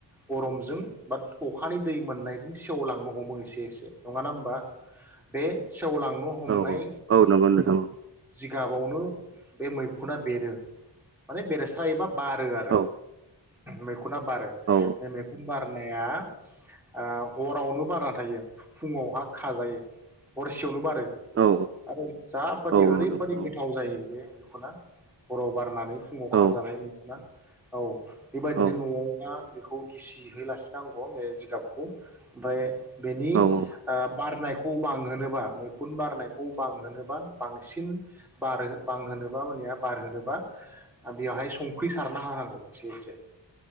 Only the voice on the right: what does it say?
औ औ नंगौ नोंथां
औ
औ
औ
औ
नोंथां
औ
औ
औ